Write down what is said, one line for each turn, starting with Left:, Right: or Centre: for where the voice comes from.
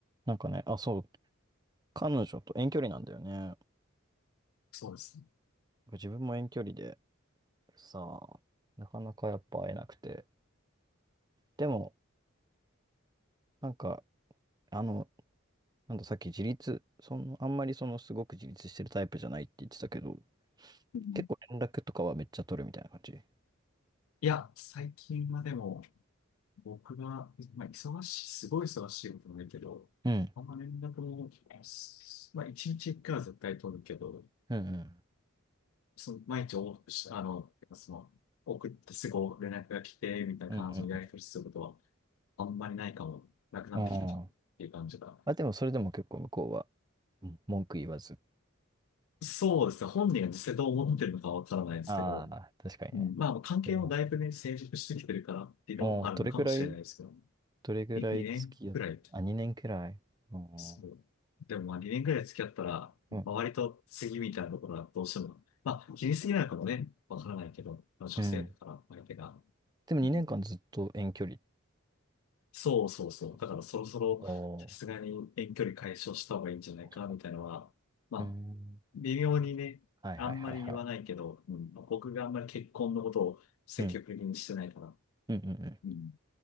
Right: なんかね、あ、そう、彼女と遠距離なんだよね。
Left: そうですね。
Right: 自分も遠距離でさ、なかなかやっぱ会えなくて。でも、なんか、あの、なんださっき自立、その、あんまりそのすごく自立してるタイプじゃないって言ってたけど、
Left: うん
Right: 結構連絡とかはめっちゃ取るみたいな感じ。
Left: いや、最近はでも、僕が、まあ、忙しい、すごい忙しいことないけど、
Right: うん。
Left: あんま連絡も、すまあ、一日一回は絶対取るけど、
Right: うんうん。
Left: その、毎日往復して、あの、その、送ってすぐ連絡が来て、みたいな感じのやり取りすることは、
Right: うん
Left: あんまりないかも、なくなってきたかもっていう感じが。
Right: うんうん。あーあ、でもそれでも結構向こうは、うん文句言わず。
Left: そうですね。本人が実際どう思ってるのかわからないですけど、
Right: ああ、確かにね。
Left: うん、まあ、関係もだいぶね、
Right: それはね
Left: 成熟してきてるからっていうのもあるのかもしれないですけど。
Right: おーどれぐらいどれぐらい付き合って、
Left: に2年くらい。
Right: あ、2年くらい。うん。
Left: そう。
Right: う
Left: でもまあ2年くらい付き合ったら、
Right: ん。
Left: 周りと次みたいなところはどうしても、まあ気にすぎないのかもね、わからないけど、まあ、女性だから相手が。
Right: うんでも2年間ずっと遠距離っ
Left: うんそうそうそう。
Right: てことあ
Left: だからそろそろさすがに遠距離解消した方がいいんじゃないかみたいなのは、
Right: あー、そっかそっか。
Left: まあ
Right: うーん。
Left: 微妙にね、
Right: はいはいはいはい。
Left: あんまり言わないけど、うんまあ僕があんまり結婚のことを積極的にしてないから、
Right: うん。うんうんうん。
Left: うん